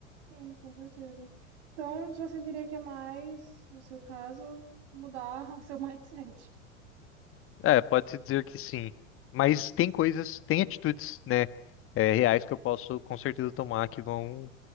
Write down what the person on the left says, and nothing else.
É, pode-se dizer que sim. Mas tem coisas, tem atitudes, né, é, reais que eu posso com certeza tomar que vão